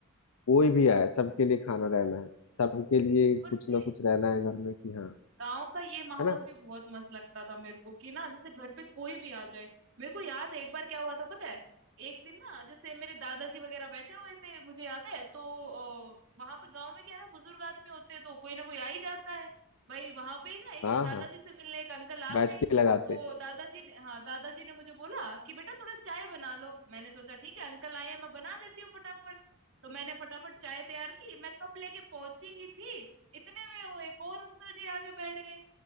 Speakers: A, on the left (about 80°); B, on the right (about 60°).
A: कोई
B: हम्म, हम्म।
A: भी आए सबके लिए खाना रहना है सबके लिए कुछ
B: ऊपर से
A: ना कुछ रहना है घर में कि हाँ
B: गांव का ये माहौल
A: है ना
B: भी बहुत मस्त लगता था मेरे को कि ना जैसे घर पे कोई भी आ जाए मेरे को याद है एक बार क्या हुआ था पता है एक दिन ना जैसे मेरे दादाजी वगैरह बैठे हुए थे मुझे याद है तो वहां पे गांव में क्या है ना बुजुर्ग आदमी होते हैं तो कोई ना कोई आ ही जाता है भाई वहां पे ना एक
A: हाँ
B: दादाजी
A: हाँ
B: से मिलने एक अंकल आ
A: बैठ
B: गए
A: के लगाते
B: तो दादाजी ने हाँ दादाजी ने मुझे बोला कि बेटा थोड़ा चाय बना लो मैंने सोचा ठीक है अंकल आए हैं मैं बना देती हूँ फटाफट तो मैंने फटाफट चाय तैयार की मैं कप लेके पहुंची ही थी इतने में वो एक और अंकल जी आगे बैठ गए